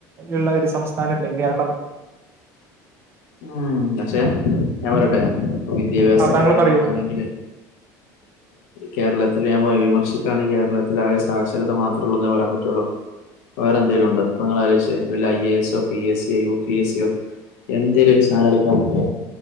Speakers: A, on the right (about 30°); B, on the left (about 90°).
A: ഉള്ള ഒരു സംസ്ഥാന അല്ലേ കേരളം.
B: <unintelligible> ഉം. പക്ഷെ ഞാൻ പറയട്ടെ ഇപ്പ വിദ്യാഭ്യാസത്തിന്റെ
A: ആ താങ്കൾ
B: കാര്യം
A: പറയോ
B: നോക്കയാണെങ്കില് കേരളത്തിൽ ഞാൻ വിമർശിക്കാണെങ്കിൽ കേരളത്തിൽ ആകെ സാക്ഷരത മാത്രേ ഉള്ളൂേ പറയാൻ പറ്റുള്ളൂ. വേറെ എന്തേലും ഉണ്ടോ? അപ്പൊ നിങ്ങൾ ആലോജിച്ചേ വല്ല ഐ. എ.. എസോ, പി. എസ്. സിയോ, യു. പി. എ സിയോ എന്ത എന്തേലും ഒരു സാധനം എടുക്കുവാണങ്കില്